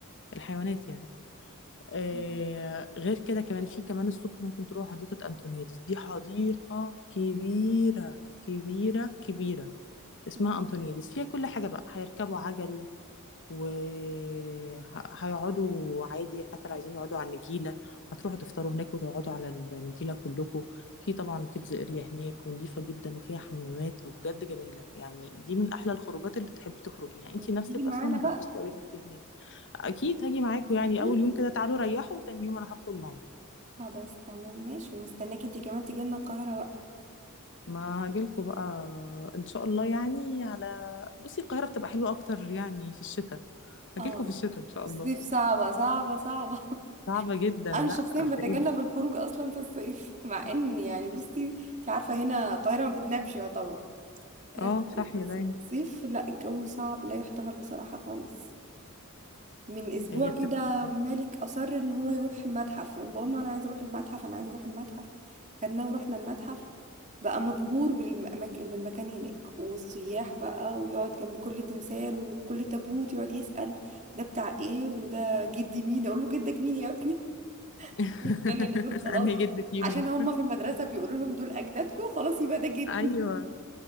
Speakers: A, on the left; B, on the right.
A: الحيوانات يعني آه
B: مم.
A: غير كده كمان في كمان الصبح ممكن تروح حديقة أنطونيادس دي حديقة كبيرة كبيرة كبيرة اسمها
B: مم.
A: أنطونيادس فيها كل حاجة بقى هيركبوا عجل وهيقعدوا عادي حتى لو عايزين يقعدوا على النجيلة هتروحوا تفطروا هناك وتقعدوا على النجيلة كلكم في طبعا كيدز اريا هناك ونضيفة جدا وفيها حمامات وبجد جميلة يعني دي من أحلى الخروجات اللي تحب تخرجيها انتي
B: انت
A: نفسك
B: تيجي
A: أصلا
B: معانا بقى
A: هتتبسطي أوي وانتي هناك اكيد هاجي معاكم يعني
B: أكيد.
A: اول يوم كده تعالوا ريحوا وتاني يوم انا هخرج معاكم
B: خلاص تمام ماشي ومستناك انت كمان تيجي لنا القاهرة بقى
A: ما هاجيلكوا بقى ان شاء الله يعني على بصي القاهره بتبقى حلوه اكتر يعني في الشتاء
B: اه
A: هاجيلكوا في الشتاء ان شاء
B: في الصيف
A: الله
B: صعبة صعبة صعبة
A: صعبه جدا
B: انا
A: لا
B: شخصيا بتجنب
A: ده ايه ده
B: الخروج اصلا في الصيف <laughs> مع ان يعني بصي انت عارفه هنا القاهره ما بتنامش يعتبر بس
A: اه صاحيه
B: بس
A: دايما
B: في الصيف لا الجو صعب لا يحتمل بصراحه خالص من اسبوع
A: هي
B: كده
A: بتبقى
B: مالك اصر ان هو يروح المتحف ماما انا عايز اروح المتحف انا عايز اروح المتحف خدناه ورحنا المتحف بقى مبهور بالمك... بالمكان هناك والسياح بقى ويقعد جنب كل تمثال وكل تابوت يقعد يسأل ده بتاع ايه وده جدي مين اقول له جدك مين يا ابني
A: <laughs>
B: مقتنع ان دول خلاص
A: انهي جد فيهم
B: عشان هم في المدرسه بيقولوا لهم دول اجدادكم خلاص يبقى ده جدي
A: ايوه